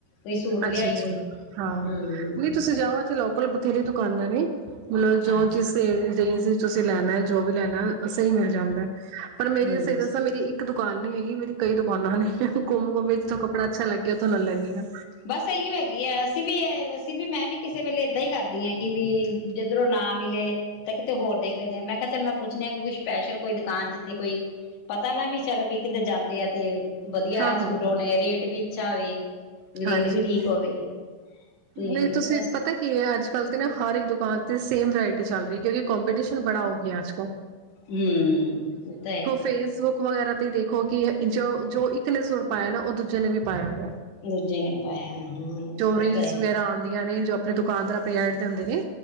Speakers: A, on the left; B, on the right.
A: ਕੋਈ ਸੂਟ ਲਿਆਈਏ
B: ਅੱਛਾ-ਅੱਛਾ ਹਾਂ,
A: ਹਮ
B: ਨਹੀਂ ਤੁਸੀਂ ਜਾਓ ਇੱਥੇ ਲੋਕਲ ਬੋ ਥੇਰੇ ਦੁਕਾਨਾਂ ਨੇ ਮਤਲਬ ਜੋ
A: ਅੱਛ
B: ਜਿਸ ਅ ਜ ਤੁਸੀਂ ਲੈਣਾ ਜੋ ਵੀ ਲੈਣਾ ਸਹੀ ਮਿਲ ਜਾਂਦਾ। ਪਰ
A: ਅੱਛਾ
B: ਮੇਰੀ ਸਹੀ ਦੱਸਾਂ ਇੱਕ ਤੋ ਦੁਕਾਨ ਨੀ ਹੈਗੀ, ਮੇਰੀ ਕਈ ਦੁਕਾਨਾਂ ਨੇਂ। <unintelligible> ਤੋਂ ਕੱਪੜਾ ਅੱਛਾ ਲੈ ਕੇ ਇਥੋਂ ਲੈ ਲੈਨੇ ਆਂ
A: ਬੱਸ ਇਹ ਹੈਗੀ ਏ, ਅਸੀ ਵੀ ਏ ਵੀ ਮੈਂ ਵੀ ਕਿਸੇ ਵੇਲੇ ਏਦਾਂ ਹੀ ਕਰ ਕਿ ਵੀ ਜਿੱਧਰੋਂ ਨਾ ਮਿਲੇ ਤਾਂ ਕਿਤੇ ਹੋਰ ਦੇਖ ਲੈਂਦੇ ਆ ਮੈਂ ਕਿਹਾ ਚੱਲ ਮੈਂ ਪੁੱਛਣੇ ਕੋਈ ਸਪੈਸ਼ਲ ਕੋਈ ਦੁਕਾਨ ਤੇ ਕੋਈ ਪਤਾ ਨਾ ਵੀ ਚੱਲ ਵੀ ਕਿਤੇ ਦਾ ਦੇਆ ਤੇ ਵਧੀਆ
B: ਹਾਂ
A: ਸੂਟ
B: ਹਾਂ।
A: ਹੋਣੇ ਰੇਟ ਵੀ ਚਾਵੇ ਰੇਟ
B: ਹਾਂਜੀ
A: ਵੀ ਠੀਕ
B: ਹਾਂਜੀ
A: ਹੋਵੇ ਤੇ
B: ਨਹੀਂ ਤੁਸੀਂ
A: ਬਸ
B: ਪਤਾ ਕੀ ਹੈ ਅੱਜ ਕੱਲ੍ਹ ਤੇ ਨਾ ਹਰ ਦੁਕਾਨ ਤੇ ਸੇਮ ਵਰਾਇਟੀ ਚੱਲ ਰਹੀ, ਕਿਉਂਕਿ ਕੋਂਪੀਟੀਸ਼ਨ ਬੜਾ ਹੋ ਗਿਆ ਅਜ ਕਲ
A: ਹੂੰ ਤੇ
B: ਫੇਸਬੁੱਕ ਵਗੈਰਾ ਤੇ ਦੇਖੋ ਕਿ ਜੋ-ਜੋ ਇੱਕ ਨੇ ਸੂਟ ਪਾਇਆ ਨਾ ਉਹ ਦੂਜੇ ਨੇ ਵੀ ਪਾਇਆ ਦਾ।
A: ਦੂਜੇ ਨੇ ਪਾਇਆ, ਹੂੰ ਉਹ
B: ਰੀਲਸ
A: ਤੇ ਹੈ ਈ
B: ਵਗੈਰਾ ਆਉਂਦੀਆਂ ਨੇ ਜੋ ਆਪਣੀ ਦੁਕਾਨਦਾਰ, ਆਪਣੀ ਐਡ ਦਿੰਦੇ ਨੇ